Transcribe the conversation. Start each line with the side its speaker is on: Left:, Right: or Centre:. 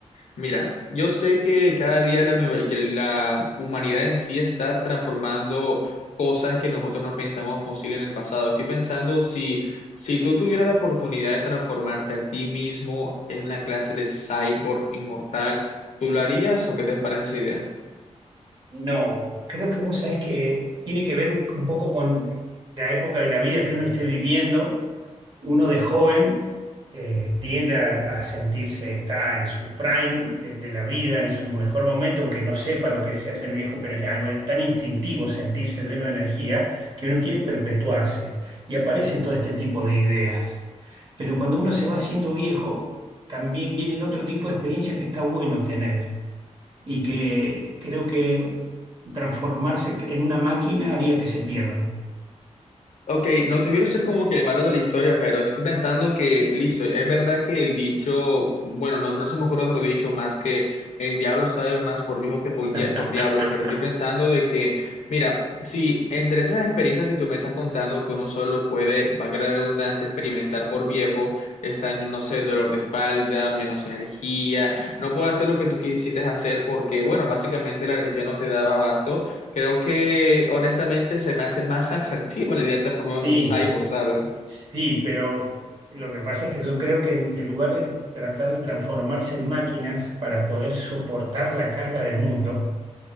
Left: Mira, yo sé que cada día la, uni- que la humanidad en sí está transformando cosas que nosotros no pensamos posible en el pasado. Estoy pensando si, si tú tuvieras la oportunidad de transformarte a ti mismo en una clase de cyborg inmortal, ¿tú lo harías o qué te parece esa idea?
Right: No, creo que vos sabés que tiene que ver un poco con la época de la vida que uno esté viviendo uno de joven eh, tiende a, a sentirse, está en su prime de, de la vida, en su mejor momento, aunque no sepa lo que sea ser viejo, pero es algo tan instintivo sentirse lleno de energía que uno quiere perpetuarse y aparecen todo este tipo de ideas. Pero cuando uno se va haciendo viejo, también vienen otro tipo de experiencias que está bueno tener y que creo que transformarse en una máquina haría que se pierdan.
Left: Ok, no, no quiero ser como que el malo de la historia, pero estoy pensando que, listo, es verdad que el dicho, bueno, no, no se me ocurre otro dicho más que el diablo sabe más por viejo que por, dia-
Right: <laughs>
Left: por diablo, pero estoy pensando de que, mira, si entre esas experiencias que tú me estás contando, que uno solo puede, va a crear redundancia, experimentar por viejo, están, no sé, dolor de espalda, menos energía, no puedes hacer lo que tú quisiste hacer porque, bueno, básicamente la energía no te daba abasto. Creo que honestamente se me hace más <laughs> atractiva la idea de transformarme
Right: Sí.
Left: en un cyborg, ¿sabes?
Right: Sí, pero lo que pasa es que yo creo que en, en lugar de tratar de transformarse en máquinas para poder soportar la carga del mundo,